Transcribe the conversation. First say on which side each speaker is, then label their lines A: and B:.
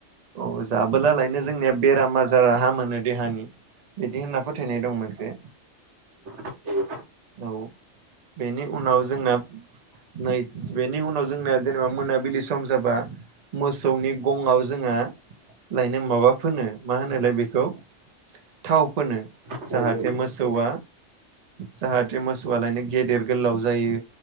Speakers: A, on the right; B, on the right.
A: औ जाबोला लायनो जोंनिया बेराम आजाराहा मोनो देहानि बिदि होनना फोथायनाय दं मोनसे
B: औ
A: औ बेनि उनाव जोंना नै बेनि उनाव जोंना जेनेबा मोनाबिलि सम जाबा मोसौनि गंआव जोंहा लायनो माबा फोनो मा होनोलाय बेखौ थाव फोनो।
B: औ
A: जाहाथे
B: औ
A: मोसौआ जाहाथे मोसौआलायनो गेदेर गोलाव जायो।